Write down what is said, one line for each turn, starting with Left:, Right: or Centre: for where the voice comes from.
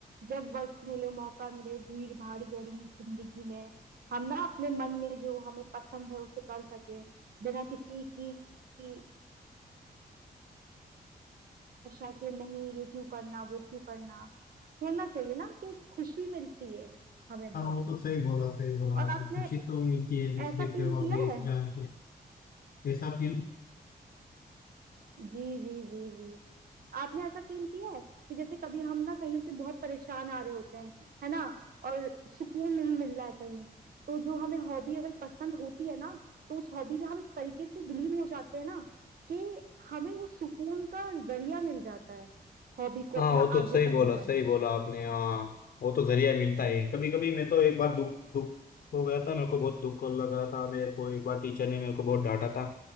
Right: जब वक्त मिले मौका मिले भीड़ भाड़ भरी जिंदगी में हम ना अपने मन में जो हमें पसंद है उसे कर सके बिना किसी की की आशा के नहीं ये क्यों करना वो क्यों करना होना चाहिए ना कि खुशी मिलती है हमें बहुत
Left: हाँ वो तो सही बोला सही बोला
Right: और
Left: आपने
Right: आपने
Left: खुशी तो मिलती है दूसरे
Right: ऐसा
Left: के
Right: फील
Left: हॉबीज
Right: किया है
Left: जान के ऐसा फील
Right: जी जी जी जी आपने ऐसा फील किया है कि जैसे कभी हम ना कहीं से बहुत परेशान आ रहे होते हैं है ना और सुकून नहीं मिल रहा है कहीं तो जो हमें हॉबी अगर पसंद होती है ना तो उस हॉबी में हम इस तरीके से विलीन हो जाते हैं ना कि हमें उस सुकून का जरिया मिल जाता है हॉबी को
Left: हाँ
Right: अपना
Left: वो तो
Right: आगे
Left: सही बोला
Right: तक ले जाने
Left: सही बोला
Right: में
Left: आपने हाँ वो तो जरिया मिलता है कभी कभी मैं तो एक बार दुख दुख हो गया था मेरे को बहुत दुख लग रहा था मेरे को एक बार टीचर ने मेरे को बहुत डांटा था